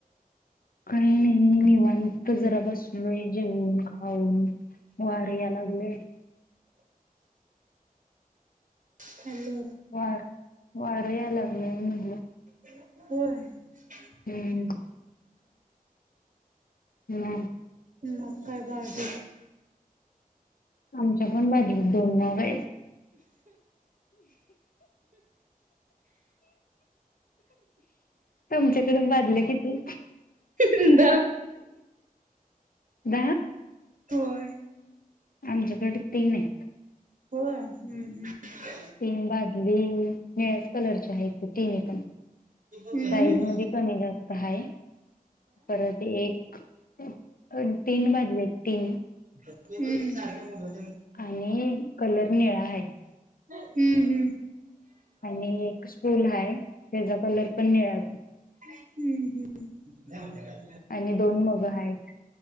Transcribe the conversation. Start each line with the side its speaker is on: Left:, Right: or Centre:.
Left: काही नाही निवांत जरा बसलोय जेवून खाऊन वार या लागले
Right: हॅलो
Left: वार वार याय लागलं म्हणलं
Right: होय
Left: हम्म हम्म
Right: मकय बारध
Left: आमच्या पण बाजू दोन नाग आहेत तुमच्याकडे वाजले किती
Right: अंद
Left: द
Right: होय
Left: आमच्याकडे ते नाही
Right: होय हम्म हम्
Left: तीन बाजली निळ्याच कलरच्या आहे तिन पण साईज
Right: हम्म
Left: मध्ये कमी जास्त ह परत एक तीन बाजले एक तीन
Right: हम्म.
Left: आणि कलर निळा हाय.
Right: हम्म हम्म.
Left: आणि एक स्टूल हाय त्याचा कलर पण निळाचे.
Right: हम्म <inaudible>
Left: आणि दोन मग हायेत